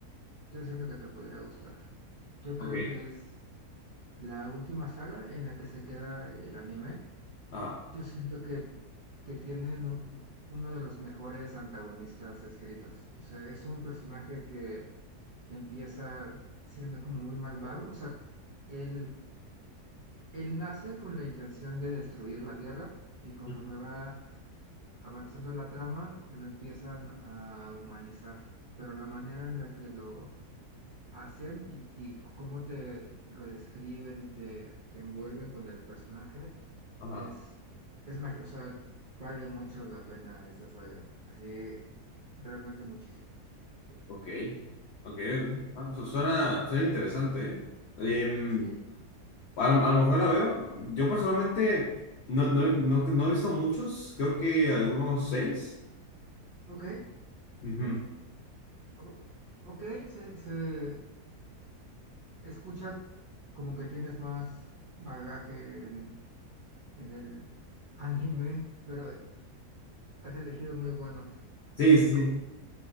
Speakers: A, on the right; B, on the left.
A: yo siento que te podría gustar. Yo
B: Ok.
A: creo que es la última saga en la que se queda el anime.
B: Ajá,
A: Yo siento que, que tienen u- uno de los mejores antagonistas escritos. O sea, es un personaje que empieza siendo como muy malvado. O sea, él, él nace con la intención de destruir la Tierra y conforme
B: Mm.
A: va avanzando la trama, lo empiezan a humanizar, pero la manera en la que lo hacen y, y cómo te lo describen y te envuelven con el personaje
B: ajá.
A: es, es magia, o sea, vale mucho la pena esa saga, así realmente muchísimo.
B: Ok. Ok, ok. Ah, su- suena, suena interesante, ¿eh? Em,
A: Sí,
B: a lo, a lo mejor la veo. Yo personalmente no, no, he- no, no he visto muchos, creo que algunos seis.
A: ok,
B: Ujú.
A: mm, o- ok, se, se escucha como que tienes más bagaje en, en el anime, pero Has elegido muy buenos.
B: Sí,
A: El de
B: sí, sí.
A: Coach.